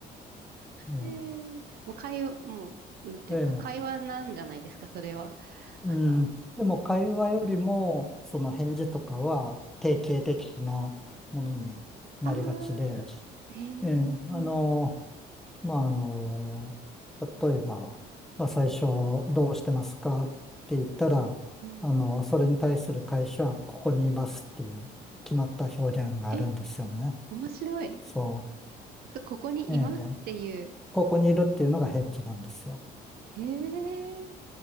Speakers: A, in the centre; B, on the right (about 65°).
A: ええ、
B: えー、もう会話、もう、なんていうか、
A: ええ、
B: 会話なんじゃないですか、それは。
A: うん。
B: あの、
A: でも会話よりも、その返事とかは定型的なものになりがちで、
B: ああー、へえ、
A: ええ、あの、まあ、あの、例えば、まあ、最初、どうしてますかって言ったら、
B: うん。
A: あの、それに対する会社は、ここにいますっていう決まった表現があるんですよね。
B: え、面白い。
A: そ
B: そ、ここにいますっていう。
A: う。ええここにいるっていうのが返事なんですよ。
B: ええ、